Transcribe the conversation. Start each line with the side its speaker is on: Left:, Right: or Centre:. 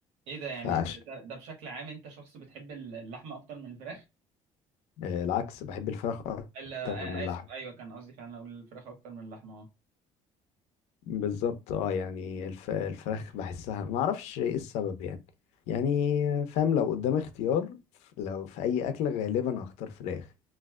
Right: ايه ده يعني
Left: فعش
Right: ده, ده بشكل عام انت شخص بتحب اللحمه اكتر من الفراخ
Left: آه، العكس بحب الفراخ اكتر
Right: الا آ-
Left: من اللحمه
Right: اسف ايوه كان قصدي فعلا اقول الفراخ اكتر من اللحمه اه
Left: بالظبط اه يعني الف... الفراخ بحسها ما اعرفش ايه السبب يعني يعني فاهم لو قدام اختيار ف- لو في اي اكل غالبا هختار فراخ